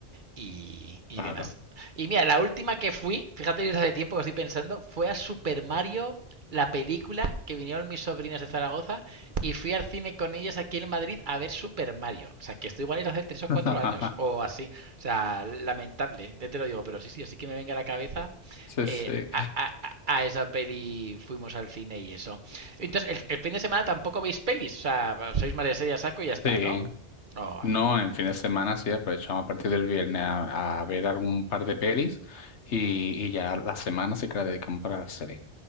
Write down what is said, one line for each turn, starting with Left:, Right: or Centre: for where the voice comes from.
Right: y, y
Left: claro.
Right: demás. Y mira, la última que fui, fíjate desde hace tiempo que estoy pensando, fue a Super Mario, la película, que vinieron mis sobrinas de Zaragoza, y fui al cine con ellas aquí en Madrid a ver Super Mario. O sea, que esto igual es hace tres o cuatro
Left: <laughs>
Right: años, o así. O sea, lamentable, ya te lo digo, pero sí, sí, así que me venga a la cabeza.
Left: Sí,
Right: eh,
Left: sí.
Right: a, a- a esa peli fuimos al cine y eso. Entonces, el, el fin de semana tampoco veis pelis, o sea, sois más de serie a saco y ya está,
Left: Sí.
Right: ¿no? Oh, ah,
Left: No,
Right: vale.
Left: en fin de semana sí aprovechamos a partir del viernes a, a ver algún par de pelis y, y ya la semana sí que la dedicamos para la serie.